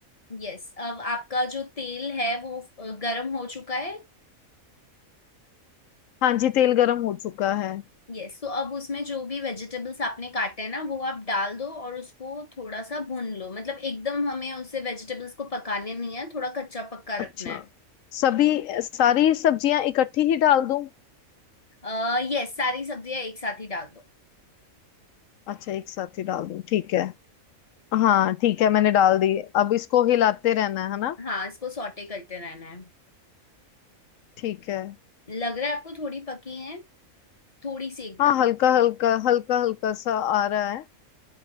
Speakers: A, on the left (about 25°); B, on the left (about 70°).
A: यस अब आपका जो तेल है वो अ, गरम हो चुका है
B: हाँ जी तेल गरम हो चुका है
A: यस तो अब उसमें जो भी वेजिटेबल्स आपने काटे हैं ना वो आप डाल दो और उसको थोड़ा सा भून लो मतलब एकदम हमें उसे वेजिटेबल्स को पकाने नहीं है थोड़ा कच्चा पक्का
B: अच्छा
A: रखना है
B: सभी सारी सब्जियां इकट्ठी ही डाल दूं
A: अः यस सारी सब्जियां एक साथ ही डाल दो
B: अच्छा एक साथ ही डाल दूं ठीक है हाँ ठीक है मैंने डाल दी अब इसको हिलाते रहना है है ना
A: हाँ इसको सॉटे करते रहना है
B: ठीक है
A: लग रहा है आपको थोड़ी पकी है थोड़ी सी एकदम
B: हाँ हल्का हल्का हल्का हल्का सा आ रहा है